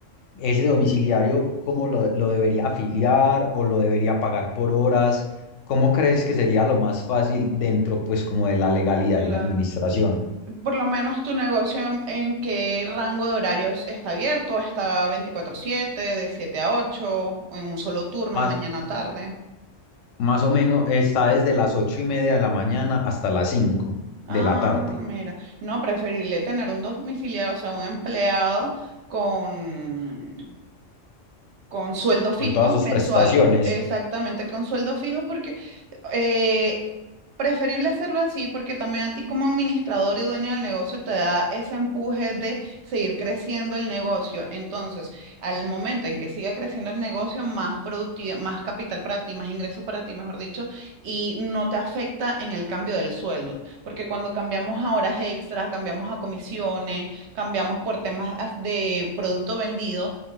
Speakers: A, on the left; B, on the right.
A: ¿Ese domiciliario cómo lo, lo debería afiliar o lo debería pagar por horas? ¿Cómo crees que sería lo más fácil dentro pues como de la legalidad
B: claro
A: y la administración?
B: Por lo menos tu negocio, ¿en qué rango de horarios está abierto? está veinticuatro siete, de 7 a 8, o en un solo turno,
A: Más,
B: mañana tarde?
A: más o menos está desde las ocho y media de la mañana hasta las cinco
B: Ah,
A: de la tarde,
B: mira, no, preferible tener un domiciliado, o sea, un empleado con, con sueldo fijo
A: con todas sus
B: mensual,
A: prestaciones.
B: exactamente con sueldo fijo, porque eh, preferible hacerlo así, porque también a ti como administrador y dueño del negocio te da ese empuje de seguir creciendo el negocio. Entonces, al momento en que siga creciendo el negocio, más productividad, más capital para ti, más ingresos para ti, mejor dicho, y no te afecta en el cambio del sueldo, porque cuando cambiamos a horas extras, cambiamos a comisiones, cambiamos por temas as- de producto vendido